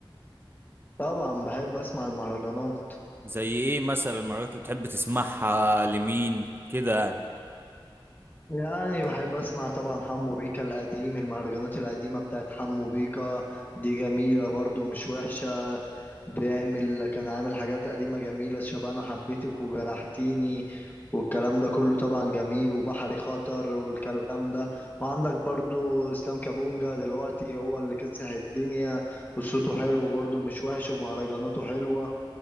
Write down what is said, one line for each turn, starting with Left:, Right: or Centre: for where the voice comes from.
Left: طبعا بحب اسمع المهرجانات
Right: زي ايه مثلا المهرجانات اللي بتحب تسمعها لمين كده يعني
Left: يعني بحب اسمع طبعا حمو بيكا القديم المهرجانات القديمة بتاعت حمو بيكا دي جميلة برضو مش وحشة بيعمل كان عامل حاجات قديمة جميلة شبه انا حبيتك وجرحتيني والكلام ده كله طبعا جميل وبحري خطر والكلام ده وعندك برضو اسلام كابونجا دلوقتي هو اللي كسح الدنيا وصوته حلو برضو مش وحش ومهرجاناته حلوة